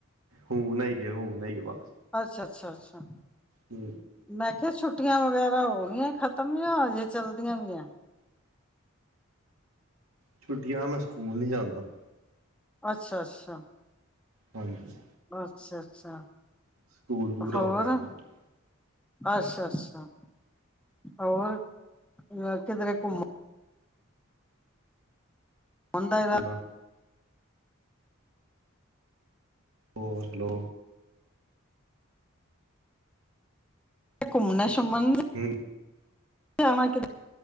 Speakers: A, on the right; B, in the centre.
A: ਹੂੰ ਨ ਆਈ ਐ ਹੂੰ ਨ ਆਈ ਐ ਵਾਜ
B: ਅੱਛਾ- ਅੱਛਾ, ਅੱਛਾ।
A: ਹੂੰ।
B: ਮੈਂ ਕਿਹਾ ਛੁੱਟੀਆਂ ਵਗੈਰਾ ਹੋ ਗਈਆਂ ਖਤਮ ਯਾ ਹਜੇ ਚਲਦੀਆਂ ਵੀ ਆ ਐ।
A: ਛੁੱਟੀਆਂ ਮੈਂ ਸਕੂਲ ਨੀ ਜਾਂਦਾ।
B: ਅੱਛਾ- ਅੱਛਾ।
A: ਹਾਂਜੀ।
B: ਅੱਛਾ- ਅੱਛਾ
A: ਸਕੂਲ ਪੂਰਾ
B: ਹੋਰ?
A: ਹੋ ਗਿਆ ਹਾਂਜੀ
B: ਅੱਛਾ- ਅੱਛਾ ਹੋਰ ਕਿਧਰੇ ਘੁੰਮਣ? ਹੁਣ ਦਾਇ ਤਾ
A: ਬਸ ਹੋਰ ਹੈਲੋ,
B: ਘੁੰਮਣਾ- ਸੂਮਨ ਦ
A: ਹਿਲ-
B: ਜਾਣਾ ਕਿਧਰੇ-